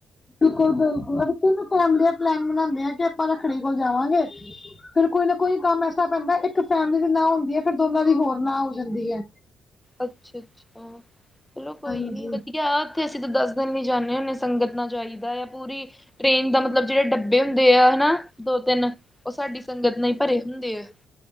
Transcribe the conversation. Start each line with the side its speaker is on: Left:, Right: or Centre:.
Left: ਬਿਲਕੁਲ-ਬਿਲਕੁਲ ਅਸੀ ਤਿੰਨੋ ਫੈਮਲੀਆਂ ਪਲੈਨ ਬਨਾਦੇ ਆ ਕਿ ਆਪਾ ਰੱਖੜੀ ਕੋਲ ਜਾਵਾਂਗੇ। ਫਿਰ ਕੋਈ ਨਾ ਕੋਈ ਕੰਮ ਐਸਾ ਪੈਂਦਾ ਇੱਕ ਫੈਮਿਲੀ ਦੀ ਨਾ ਹੁੰਦੀ ਐ ਫਿਰ ਦੋਨਾਂ ਦੀ ਹੋਰ ਨਾ ਹੋ ਜਾਂਦੀ ਐ।
Centre: ਅੱਛਾ-ਅੱਛਾ ਚਲੋ ਕੋਈ
Left: ਹਾਂਜੀ
Centre: ਨੀ, ਵਧੀਆ ਉੱਥੇ ਅਸੀਂ ਤਾਂ ਦੱਸ ਦਿਨ ਵੀ ਜਾਂਨ ਹੁਨੇ ਸੰਗਤ ਨਾ ਜਾਈਦਾ ਆ ਪੂਰੀ, ਟ੍ਰੇਨ ਦਾ ਮਤਲਬ ਜਿਹੜੇ ਡੱਬੇ ਹੁੰਦੇ ਆ, ਹੇਨਾ ਦੋ ਤਿੰਨ ਉਹ ਸਾਡੀ ਸੰਗਤ ਨੇਈ ਭਰੇ ਹੁੰਦੇ ਐ।